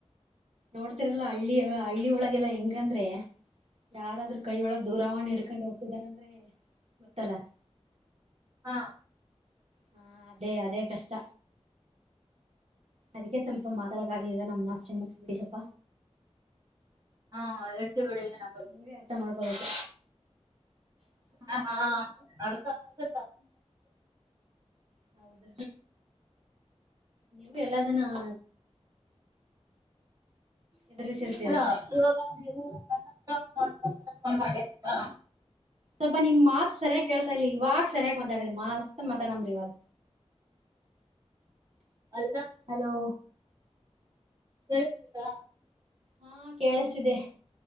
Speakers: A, on the right; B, on the right.
A: ನೋಡ್ತಿರಲ್ಲ ಹಳ್ಳಿ ಹಳ್ಳಿ ಒಳಗೆಲ್ಲಾ ಹೆಂಗಂದ್ರೆ ಯಾರಾದ್ರೂ ಕೈಯ ಒಳಗ್ ದೂರವಾಣಿ ಇಡ್ಕೊಂಡು ಹೋಗ್ತಿದಾರಂದ್ರೆ ಗೊತ್ತಲ್ಲ <inaudible>
B: ಹಾ <inaudible>
A: ಹಾ ಅದೇ ಅದೇ ಕಷ್ಟ ಅದಕ್ಕೆ ಸ್ವಲ್ಪ ಮಾತಾ <inaudible> ಇಗಗ್ಲಿಲ್ಲ ನ್ ನಸೆ ಮುಗಸ್ಬಿಡಿ ಸ್ವಪ
B: ಹಾ ಎಡ್ಸಿ ಬಿಡಿಏನ <inaudible>
A: ನೀವೇ ಅರ್ಥ ಮಾಡ್ಕೋಬೇಕು
B: ಹ ಹಾ ಅರ್ಥ ಆಗುತ್ತಾ <inaudible>
A: ಹೌದ ನೀವು ಎಲ್ಲದನ <inaudible> ಇದ್ರ ಸಲ್ಪ
B: ಹಲ್ಲ ಇವಾಗ ನೀವುತಾತ್ರ <inaudible>
A: ಸ್ವಲ್ಪ ನಿಮ್ ಮಾತ್ ಸಯಾಗಿ ಕೇಸತ ಇಲ್ಲಿ ಇವಾಗ ಸರಿಯಾಗಿ ಮಾತಾಡ್ರಿ ಮತ್ ಮಾತಾಡಮ್ರಿ ಇವಾಗ
B: ಅದಕ್ಕಾ
A: ಹಲೋ
B: ಕೇಳ್ತದಾ
A: ಹಾ ಕೇಳಸಿದೆ